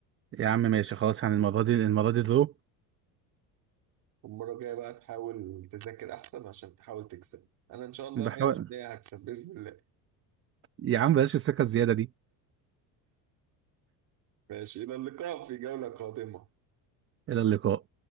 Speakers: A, on the right; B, on the right.
A: يا عم ماشي خلاص يعني المرة دي المرة دي درو
B: المرة الجاية بقى تحاول تذاكر احسن عشان تحاول تكسب انا ان شاء الله
A: بحاول
B: 100% هكسب باذن الله
A: يا عم بلاش السكة الزيادة دي
B: ماشي الى اللقاء في جولة قادمة
A: إلى اللقاء